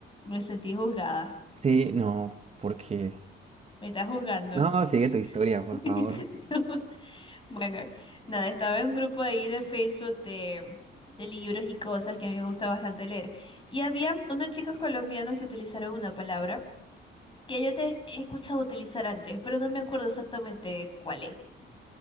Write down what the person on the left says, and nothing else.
Me sentí juzgada.
Me estás juzgando.
<laughs>
No, Bueno, nada, estaba en un grupo ahí de Facebook de, de libros y cosas que a mí me gusta bastante leer. Y había unos chicos colombianos que utilizaron una palabra. que yo te he escuchado utilizar antes, pero no me acuerdo exactamente cuál es.